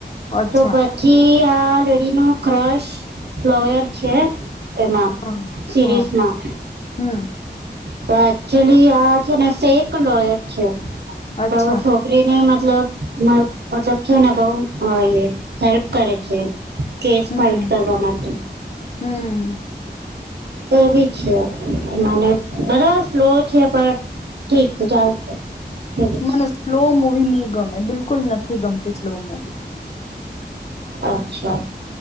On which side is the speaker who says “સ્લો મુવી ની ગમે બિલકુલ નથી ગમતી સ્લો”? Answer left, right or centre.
Left